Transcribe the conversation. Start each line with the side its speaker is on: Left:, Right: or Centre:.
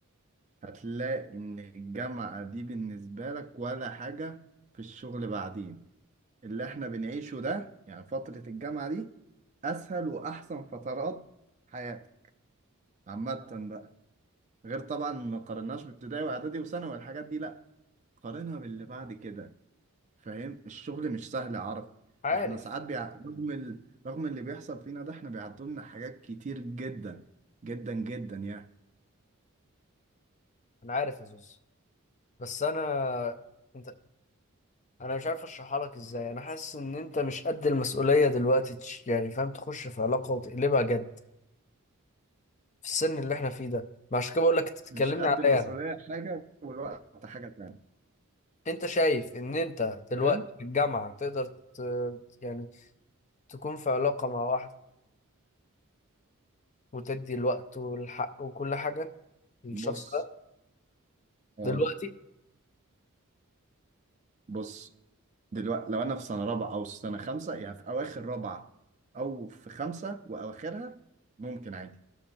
Right: هتلاقي ان الجامعة دي بالنسبة لك ولا حاجة في الشغل بعدين اللي احنا بنعيشه ده يعني فترة الجامعة دي اسهل واحسن فترات حياتك عامة بقى غير طبعا ما قارناش بابتدائي واعدادي وثانوي والحاجات دي لا قارنها باللي بعد كده فاهم الشغل مش سهل يا عرب
Left: عارف
Right: احنا ساعات بيع... رغم ال... رغم اللي بيحصل فينا ده احنا بيعدوا لنا حاجات كتير جدا جدا جدا يعني
Left: انا عارف يا زوز بس انا انت انا مش عارف اشرحها لك ازاي انا حاسس ان انت مش قد المسؤوليه دلوقتي تش- يعني فاهم تخش في علاقه وتقلبها جد في السن اللي احنا فيه ده ما عشان كده بقول لك تتكلمني
Right: مش قد
Left: عليا
Right: المسؤولية
Left: انا
Right: حاجة والوقت حاجة تانية
Left: انت شايف ان انت دلوقتي
Right: ايه
Left: في الجامعه تقدر ت... يعني تكون في علاقه مع واحده وتدي الوقت والحق وكل حاجه للشخص
Right: بص
Left: ده
Right: اه
Left: دلوقتي
Right: بص دلوقتي لو انا في سنة رابعة او سنة خمسة يعني في اواخر رابعة او في خمسة واواخرها ممكن عادي